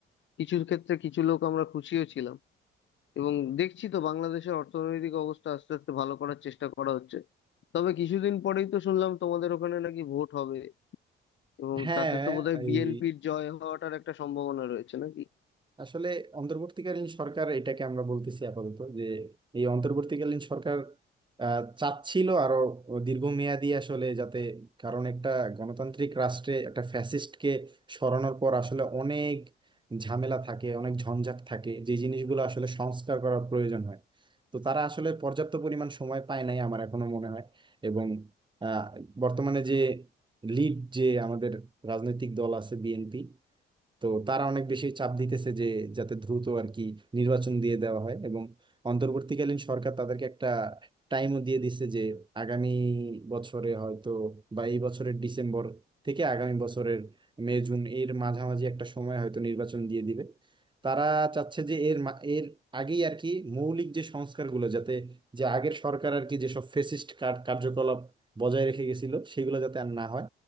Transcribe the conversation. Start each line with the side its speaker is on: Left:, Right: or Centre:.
Left: কিছু ক্ষেত্রে কিছু লোক আমরা খুশিও ছিলাম এবং দেখছি তো বাংলাদেশের অর্থনৈতিক অবস্থা আস্তে আস্তে ভালো করার চেষ্টা করা হচ্ছে তবে কিছুদিন পরেই তো শুনলাম তোমাদের ওখানে নাকি ভোট হবে এবং
Right: হ্যাঁ
Left: তাতে তো বোধহয়
Right: এই
Left: বিএনপির জয় হওয়াটার একটা সম্ভাবনা রয়েছে নাকি
Right: আসলে অন্তর্বর্তীকালীন সরকার এটাকে আমরা বলতেছি আপাতত যে এই অন্তর্বর্তীকালীন সরকার আহ, চাচ্ছিল আরো দীর্ঘমেয়াদী আসলে যাতে কারণ একটা গণতান্ত্রিক রাষ্ট্রে একটা ফ্যাসিস্টকে সরানোর পর আসলে অনেক ঝামেলা থাকে অনেক ঝঞ্ঝাট থাকে যে জিনিসগুলো আসলে সংস্কার করার প্রয়োজন হয় তো তারা আসলে পর্যাপ্ত পরিমাণ সময় পায় নাই আমার এখনো মনে হয় এবং আহ, বর্তমানে যে লিড যে আমাদের রাজনৈতিক দল আছে বিএনপি তো তারা অনেক বেশি চাপ দিতেছে যে যাতে দ্রুত আর কি নির্বাচন দিয়ে দেওয়া হয় এবং অন্তর্বর্তীকালীন সরকার তাদেরকে একটা টাইমও দিয়ে দিচ্ছে যে আগামী বছরে হয়তো বা এই বছরের ডিসেম্বর থেকে আগামী বছরের মে জুন এর মাঝামাঝি একটা সময় হয়তো নির্বাচন দিয়ে দিবে তারা চাচ্ছে যে এর মা- এর আগেই আর কি মৌলিক যে সংস্কারগুলো যাতে যে আগের সরকার আর কি যেসব ফেসিস্ট কার- কার্যকলাপ বজায় রেখে গেছিল সেগুলো যাতে আর না হয়